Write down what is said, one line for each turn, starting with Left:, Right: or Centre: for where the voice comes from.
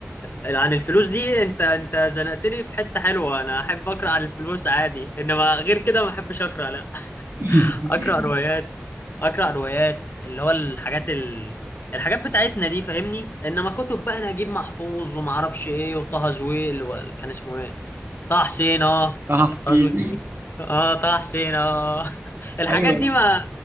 Left: آه، عن الفلوس دي انت انت زنقتني في حتة حلوة انا احب اقرا عن الفلوس عادي انما غير كده ما احبش اقرا لا
Right: <laughs>
Left: اقرا روايات اقرا روايات اللي هو الحاجات ال... الحاجات بتاعتنا دي فاهمني انما كتب بقى نجيب محفوظ وما اعرفش ايه وطه زويل و... كان اسمه ايه طه حسين اه
Right: اه حسين
Left: طه زويل ايه اه طه حسين اه <laughs> الحاجات
Right: ايوه
Left: دي ما